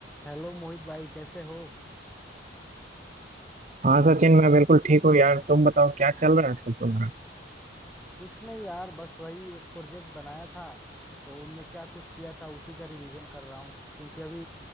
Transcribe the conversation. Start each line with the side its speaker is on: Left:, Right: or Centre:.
Centre: हेलो मोहित भाई कैसे हो
Right: हाँ सचिन मैं बिल्कुल ठीक हूँ यार तुम बताओ क्या चल रहा है आजकल तुम्हारा
Centre: कुछ नहीं यार बस वही एक प्रोजेक्ट बनाया था तो उनमें क्या कुछ किया था उसी का रिवीजन कर रहा हूँ क्योंकि अभी